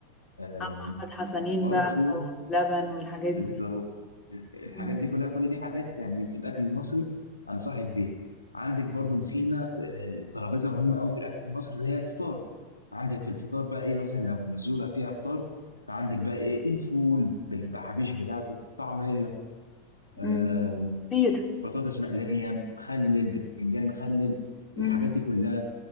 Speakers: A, on the left; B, on the left.
A: آه،
B: عم أحمد حسنين
A: برضو
B: بقى واللبن والحاجات
A: بالظبط
B: دي
A: الحاجات
B: مم.
A: دي كلها كل دي حاجات يعني في الاكل المصري انصحك بيها عندك برضو نسينا ت- آه، ترابيزه مهمه قوي في الاكل المصري اللي هي الفطار عندك في الفطار بقى ايه مثلا لو نزوله فيها فطار فعندك بقى ايه الفول بالتحابيش بتاعته طعميه آه،
B: مم. كتير
A: بطاطس مقليه مخلل بتنجان مخلل
B: مم.
A: الحاجات دي كلها